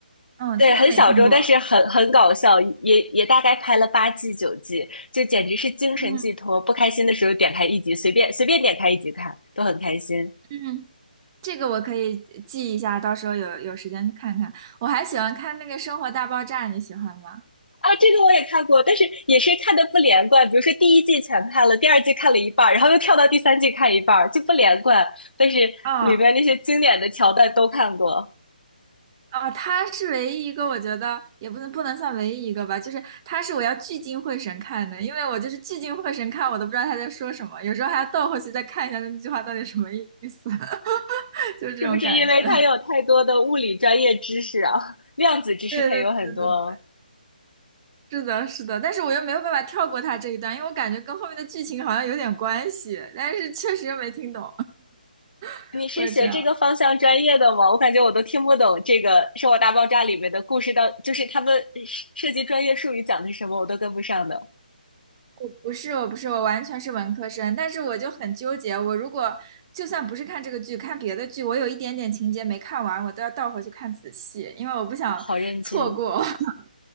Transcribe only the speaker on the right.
嗯，
听都没听过。
嗯
嗯，这个我可以记一下，到时候有有时间去看看。我还喜欢看那个《生活大爆炸》，你喜欢吗？
哦啊，他是唯一一个，我觉得也不能不能算唯一一个吧，就是他是我要聚精会神看的，因为我就是聚精会神看，我都不知道他在说什么，有时候还要倒回去再看一下那句话到底什么意思，<laughs> 就是这种感觉。
<laughs>
对对对对，是的，是的，但是我又没有办法跳过他这一段，因为我感觉跟后面的剧情好像有点关系，但是确实又没听懂，<laughs>
会这样。
我不是，我不是，我完全是文科生，但是我就很纠结，我如果就算不是看这个剧，看别的剧，我有一点点情节没看完，我都要倒回去看仔细，因为我不想
<laughs> 错过。<laughs>